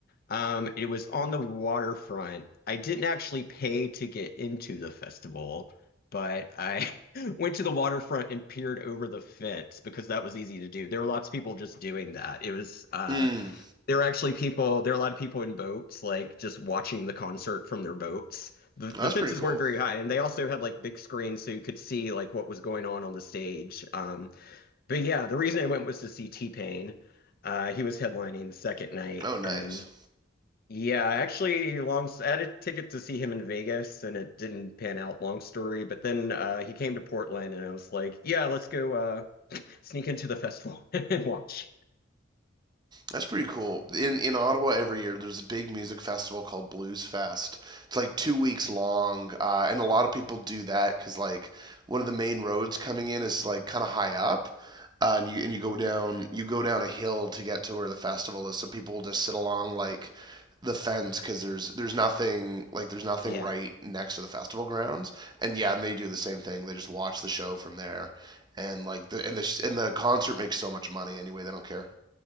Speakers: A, on the left (about 50°); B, on the right (about 20°).
A: Um, it was on the waterfront. I didn't actually pay to get into the festival, but I <laughs> went to the waterfront and peered over the fence because that was easy to do. There were lots of people just doing that. It was uh
B: Mm,
A: there were actually people, there were a lot of people in boats, like just watching the concert from their boats. The the
B: that's
A: fences
B: pretty cool.
A: weren't very high, and they also had like big screens so you could see like what was going on on the stage. Um, but yeah, the reason I went was to see T-Pain. Uh, he was headlining the second night,
B: Oh, nice.
A: and yeah, I actually, long I had a ticket to see him in Vegas, and it didn't pan out. Long story, but then uh, he came to Portland, and I was like, "Yeah, let's go uh, sneak into the festival <laughs> and watch."
B: That's pretty cool. In in Ottawa every year there's a big music festival called Blues Fest. It's like two weeks long, uh, and a lot of people do that because like one of the main roads coming in is like kind of high up, uh, and you and you go down you go down a hill to get to where the festival is. So people will just sit along like the fence because there's there's nothing like there's nothing
A: Yeah,
B: right next to the festival grounds. And yeah, and they do the same thing. They just watch the show from there, and like the and the and the concert makes so much money anyway. They don't care.